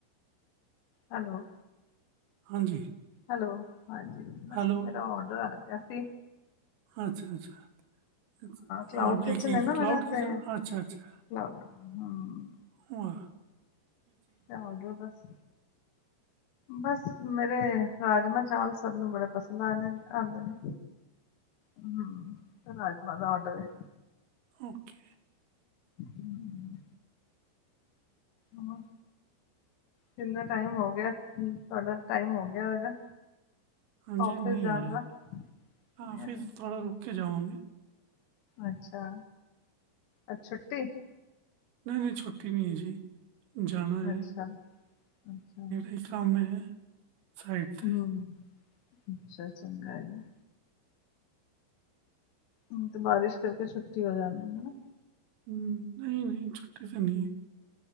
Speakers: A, on the left (about 80°); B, on the right (about 85°).
A: ਹੈਲੋ।
B: ਹਾਂਜੀ।
A: ਹੈਲੋ, ਹਾਂਜੀ, ਬਸ
B: ਹੈਲੋ,
A: ਮੇਰਾ ਔਡਰ ਆ ਗਿਆ ਸੀ।
B: ਅੱਛਾ ਅੱਛਾ
A: ਕਲਾਊਡ
B: ਹਾਂ ਜੀ
A: ਕਿਚਨ
B: ਕੀ
A: ਹੈ
B: ਕਲਾਉਡ
A: ਮੇਰਾ
B: ਕਿਚਨ
A: ਤੇ
B: ਅੱਛਾ ਅੱਛਾ।
A: ਨਾ। ਹਮ
B: ਵਾਹ।
A: ਤੇ ਹੋਗੇ ਬਸ। ਬਸ ਮੇਰੇ ਰਾਜਮਾਂ ਚਾਵਲ ਸਭ ਨੂੰ ਬੜੇ ਪਸੰਦ ਆਉਦੇ ਨੇ। ਆਦੇ ਨੇ ਹਮ ਰਾਜਮਾ ਦਾ ਆਰਡਰ ਏ।
B: ਓਕੇ।
A: ਹਮ, ਹੋਰ ਕਿੰਨਾ ਟਾਈਮ ਹੋ ਗਿਆ, ਤੁਹਾਡਾ ਟਾਈਮ ਹੋ ਗਿਆ ਹੋਏਗਾ।
B: ਹਾਂਜੀ
A: ਆਫਿਸ
B: ਮੀਂਹ
A: ਜਾਣ
B: ਆਇਆ
A: ਦਾ
B: ਏ
A: ਨਹੀਂ
B: ਔਫਿਸ
A: ਆਇਆ।
B: ਥੋੜ੍ਹਾ ਰੁਕ ਕੇ ਜਾਵਾਂਗੇ।
A: ਅੱਛਾ ਅੱਜ ਛੁੱਟੀ।
B: ਨਹੀਂ, ਨਹੀਂ ਛੁੱਟੀ ਨਹੀਂ ਹੈ ਜੀ ਜਾਣਾ
A: ਅੱਛਾ
B: ਏ।
A: ਅੱਛਾ
B: <inaudible> ਕੰਮ ਏ ਸਾਈਡ। ਤੇ।
A: ਹੂੰ, ਅੱਛਾ ਚੰਗਾ ਜੀ। ਹੂੰ ਤੇ ਬਾਰਿਸ਼ ਕਰਕੇ ਛੁੱਟੀ ਹੋ ਜਾਣੀ ਹਨਾ।
B: ਹ ਨਹੀਂ, ਨਹੀਂ ਛੁੱਟੀ ਤਾਂ ਨਹੀਂ ਹੈ।